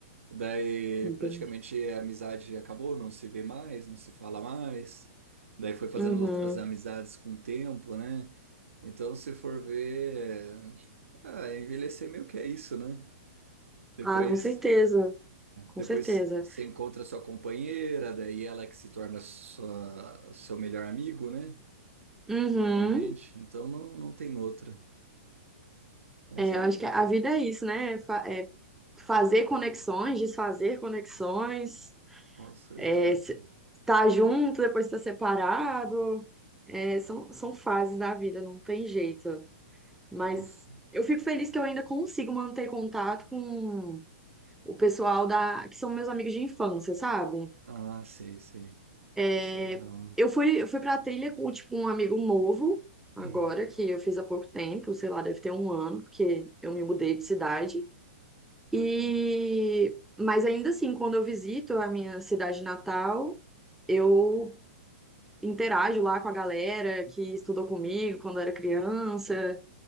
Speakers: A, on the right; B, in the centre.
A: Daí
B: entendi.
A: praticamente a amizade acabou, não se vê mais, não se fala mais. Daí foi fazendo
B: Uhum.
A: outras amizades com o tempo, né? Então, se for ver, é, ah, envelhecer meio que é isso, né? Depois,
B: Ah, com certeza, com
A: depois
B: certeza.
A: você encontra sua companheira, daí ela que se torna sua, seu melhor amigo, né?
B: Uhum.
A: Literalmente. Então não, não tem outra. Mas
B: É,
A: é,
B: eu acho que a vida é isso, né? É fa- é fazer conexões, desfazer conexões.
A: com certeza.
B: É, se- Tá junto, depois tá separado. É, são, são fases da vida, não tem jeito. Mas
A: Com... cer-
B: eu fico feliz que eu ainda consigo manter contato com o pessoal da, que são meus amigos de infância, sabe?
A: Ah, sei, sei.
B: É,
A: Isso é legal.
B: Eu fui, eu fui pra trilha com, tipo, um amigo novo, agora,
A: Hum,
B: que eu fiz há pouco tempo, sei lá, deve ter um ano, porque eu me mudei de cidade. E...
A: bacana.
B: Mas ainda assim, quando eu visito a minha cidade natal, eu interajo lá com a galera que estudou comigo quando era criança.